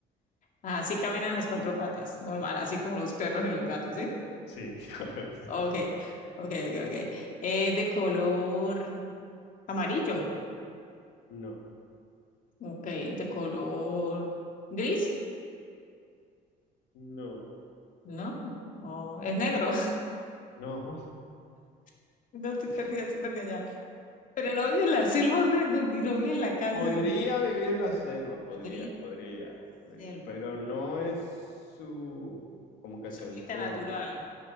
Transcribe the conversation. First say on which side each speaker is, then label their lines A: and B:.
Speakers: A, on the left; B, on the left.
A: Ajá, sí caminan las cuatro patas, normal, así como los perros y los gatos, ¿sí?
B: Sí, <laughs> correcto.
A: Ok, ok, ok, ok. Es de color amarillo,
B: No,
A: ok, de color gris,
B: no,
A: ¿no? No, es negro,
B: no.
A: <laughs> no estoy
B: <laughs>
A: perdida, estoy perdida ya. Pero lo vi en la selva, donde, donde lo vi en la casa
B: Podría
A: del
B: vivir en la selva, podría,
A: podrido
B: podría, podría,
A: selva,
B: pero no es su, como que
A: su
B: su entorno.
A: hábitat natural.